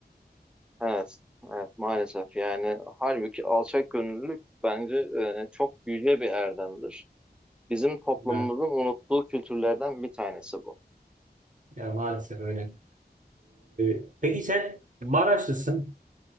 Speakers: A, in the centre; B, on the right.
A: evet, evet maalesef yani halbuki alçak gönüllülük bence e, çok yüce bir erdemdir. Bizim toplumumuzun
B: Evet.
A: unuttuğu kültürlerden bir tanesi bu.
B: Yani maalesef öyle. Ee, peki sen Maraşlısın.